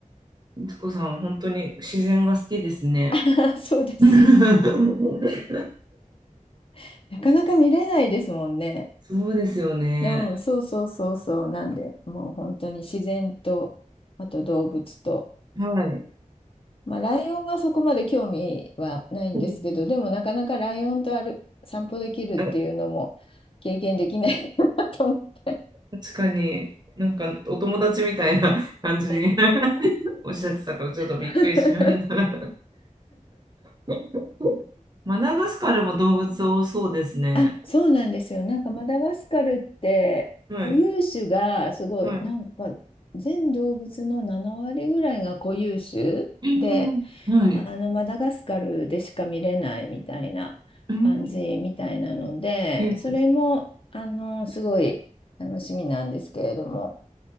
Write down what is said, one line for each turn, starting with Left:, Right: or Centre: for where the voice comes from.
Right: いつこさん、本当に自然が好きですね。
Left: あそうですね。
Right: <laughs>
Left: <laughs> なかなか見れないですもんね。
Right: そうですよね。
Left: うん、そうそうそうそう。なんで、もう本当に自然と、あと動物と。
Right: はい。
Left: まあ、ライオンはそこまで興味はないんですけど、
Right: <laughs>
Left: でもなかなかライオンとある散歩できるっていうのも経験できない
Right: うん
Left: <laughs> なと思って。
Right: 確かに、なんかお友達みたいな感じに <laughs> おっしゃってたから、ちょっとびっくりしました。
Left: <laughs>
Right: <laughs> マダガスカルも動物多そうですね。
Left: あ、そうなんですよ。なんかマダガスカルって固有種がすごい、
Right: はい、はい。
Left: なんか全動物の7割ぐらいが固有種で、
Right: えーはい。
Left: あのマダガスカルでしか見れないみたいな感じみたいなので、
Right: うんえ
Left: それもあのすごい楽しみなんですけれども。